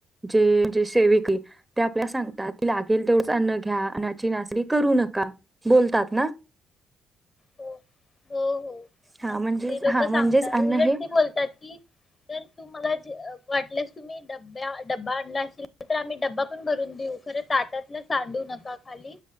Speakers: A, on the right; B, on the left.
A: जेे सेविकी ते आपल्या सांगतात ती लागेल तेवढच अन्न घ्या अन्नाची नासाडी करू नका बोलतात ना.
B: हो हो हो
A: हा म्हणजेच
B: ते लोक
A: हा म्हणजेच
B: सांगता
A: अन्न
B: उलट
A: हे
B: ते बोलतायेत की, जर तु मला अ वाटल्यास तुम्ही डब्ब्या डबा, आणला असशीला तर आम्ही डबा, पण भरून देऊ खर ताटातला सांडू नका खाली.